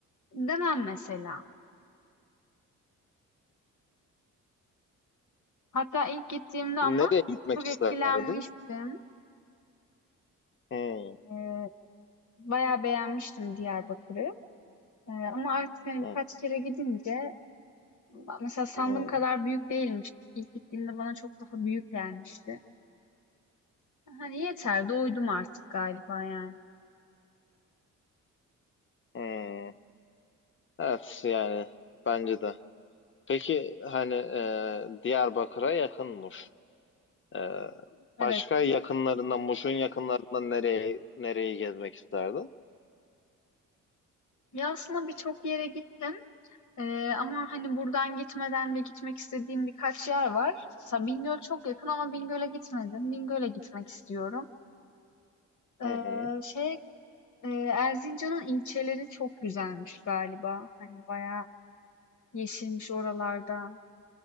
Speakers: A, on the left (about 60°); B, on the left (about 35°).
A: demem mesela. Hatta ilk gittiğimde ama
B: Nereye gitmek
A: çok
B: isterdin?
A: etkilenmiştim.
B: Hı
A: Ee, bayağı beğenmiştim Diyarbakır'ı. Ee, ama artık hani birkaç
B: hı
A: kere gidince mesela sandığım
B: hı.
A: kadar büyük değilmiş. İlk gittiğimde bana çok daha büyük gelmişti. Hani yeter doydum artık galiba yani.
B: hı. Evet yani bence de. Peki hani e, Diyarbakır'a yakınmış. Ee,
A: Evet.
B: başka yakınlarından, Muş'un yakınlarından nereye nereyi gezmek isterdin?
A: Ya, aslında birçok yere gittim, eee, ama, hani, buradan gitmeden de gitmek istediğim birkaç yer var. Mesela Bingöl çok yakın ama Bingöl'e gitmedim. Bingöl'e gitmek istiyorum. Eee,
B: Hı hı.
A: şey, eee, Erzincan'ın ilçeleri çok güzelmiş galiba. Hani, bayağı yeşilmiş oralarda,